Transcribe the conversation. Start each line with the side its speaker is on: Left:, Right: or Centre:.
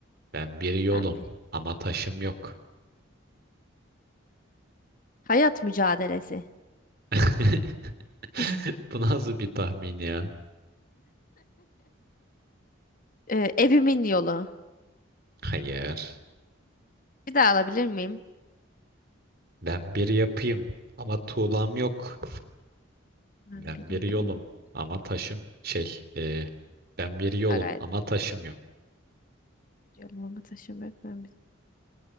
Right: Ben bir yolum
Left: Ben bir.
Right: ama taşım yok.
Left: Hayat mücadelesi.
Right: <laughs>
Left: <laughs>
Right: Bu nasıl bir tahmin ya?
Left: Ee, evimin yolu.
Right: Hayır.
Left: Bir daha alabilir miyim?
Right: Ben bir yapıyım ama tuğlam yok.
Left: Ben
Right: Ben
Left: bir
Right: bir
Left: yapayım
Right: yolum
Left: ama.
Right: ama taşım şey. e, ben bir yolum
Left: Ha, gayet
Right: ama taşım yok.
Left: yolum ama taşım yok. Ben bir...